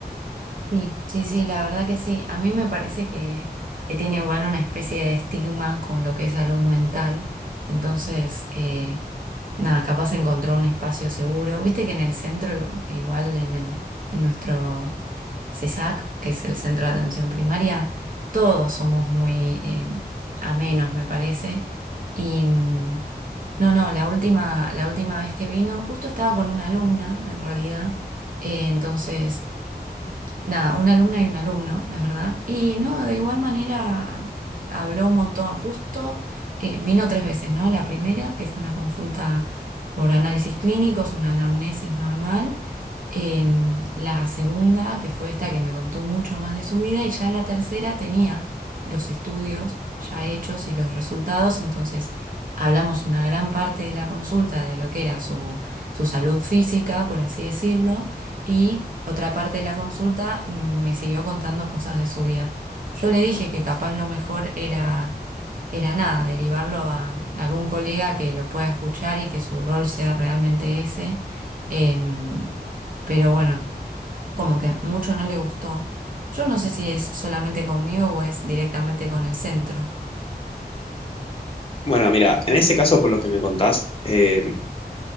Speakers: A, on the right (about 55°); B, on the left (about 35°).
A: Sí, sí, sí, la verdad que sí. A mí me parece que, que tiene igual una especie de estigma con lo que es salud mental. Entonces, eh, nada, capaz encontró un espacio seguro. Viste que en el centro, igual en el, en nuestro CESAC, que es el Centro de Atención Primaria, todos somos muy eh, amenos, me parece. Y mm, no, no, la última, la última vez que vino, justo estaba con una alumna, en realidad. Eh, entonces nada, una alumna y un alumno, es verdad. Y no, de igual manera habló un montón, justo eh, vino tres veces, ¿no? La primera, que fue una consulta por análisis clínicos, una anamnesis normal. Em, la segunda, que fue esta que me contó mucho más de su vida, y ya la tercera tenía los estudios ya hechos y los resultados, entonces hablamos una gran parte de la consulta de lo que era su, su salud física, por así decirlo y otra parte de la consulta mm, me siguió contando cosas de su vida. Yo le dije que capaz lo mejor era, era nada, derivarlo a algún colega que lo pueda escuchar y que su rol sea realmente ese. Em, pero bueno, como que mucho no le gustó. Yo no sé si es solamente conmigo o es directamente con el centro.
B: Bueno, mira, en ese caso, por lo que me contás, eh,